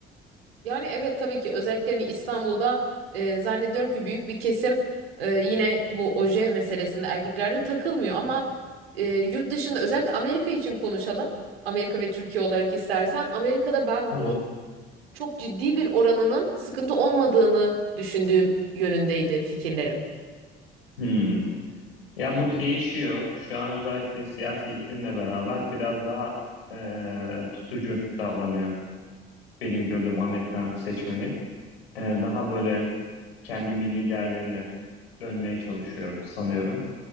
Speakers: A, on the right; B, on the left.
A: Yani evet tabii ki özellikle hani İstanbul'da e, zannediyorum ki büyük bir kesim e, yine bu oje meselesinde erkeklerde takılmıyor ama e, yurt dışında özellikle Amerika için konuşalım. Amerika ve Türkiye olarak istersen Amerika'da ben
B: Olur.
A: bunun çok ciddi bir oranının sıkıntı olmadığını düşündüğüm yönündeydi fikirlerim.
B: Hmm. Ya bu değişiyor. Şu an özellikle siyasi iklimle beraber biraz daha e, tutucu davranıyor. Benim gördüğüm Amerikan seçmeni. E, daha böyle kendi milli değerlerine dönmeye çalışıyor sanıyorum.